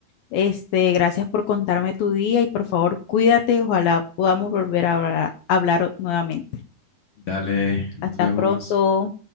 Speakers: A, on the left; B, on the left.
A: Este, gracias por contarme tu día y por favor, cuídate. Ojalá podamos volver a hablar hablar nuevamente.
B: dale, nos
A: Hasta
B: vemos.
A: pronto.